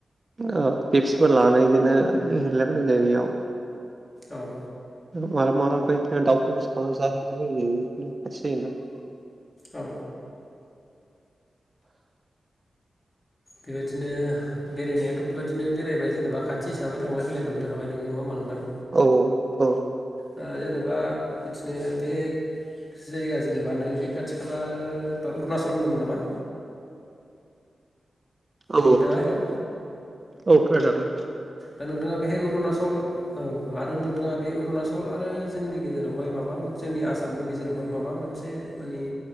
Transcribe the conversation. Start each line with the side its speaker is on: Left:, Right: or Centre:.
Right: ओ पेपसिफोर लानानै इदिनो लोंहैला बायनाय जायो बेयाव।
Left: औ।
Right: ओ मालाबा-मालाबा बै दाउफोर सावना जाहैला बायो <inaudible>
Left: औ। बेबायदिनो। बेरायनायाथ' बेबायदिनो बेरायबाय जेनेबा खाथि हिसाबै थांलाय फैयलाय खालामनो हाबाय नोंङो नङा होमबा नोंथां?
Right: औ-औ-औ।
Left: ओ जेनेबा बिदिनो बे जायगा जेनेबा नों जे खाथि खाला जेनेबा अरुणचल होनदोंमोन नामा?
Right: औ-औ
Left: नोंथाङा हेलौ
Right: खोना‌ जागोन।
Left: दा नोंथाङा बेहाय अरुणाचल। औ आरो नोंथाङा बे अरुणाचल आरो जोंनि गेजेरावहाय माबा मोन जोंनि आसामनि गेजेरावहाय माबा मोनसे। से मानि।